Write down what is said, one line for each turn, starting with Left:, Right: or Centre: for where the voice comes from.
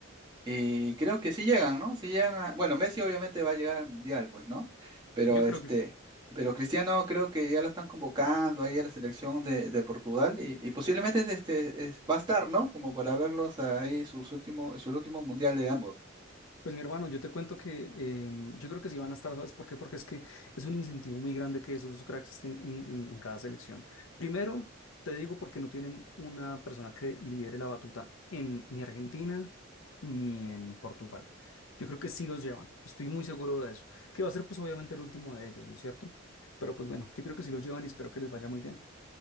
Right: Y creo que sí llegan, ¿no? Sí llegan a- Bueno, Messi obviamente va a llegar al Mundial, pues, ¿no? Pero
Left: Yo
Right: este,
Left: creo que sí.
Right: pero Cristiano creo que ya lo están convocando ahí a la selección de, de Portugal y, y posiblemente este es- va a estar, ¿no? Como para verlos ahí sus últimos, su último Mundial de ambos.
Left: Pues mi hermano, yo te cuento que em, yo creo que sí van a estar, ¿sabes por qué? Porque es que es un incentivo muy grande que esos dos cracks estén en, en- en cada selección. Primero, te digo porque no tienen una persona que lidere la batuta en ni Argentina ni en Portugal. Yo creo que sí los llevan, estoy muy seguro de eso. Que va a ser pues obviamente el último de ellos, ¿no es cierto? Pero pues bueno, yo creo que sí los llevan y espero que les vaya muy bien.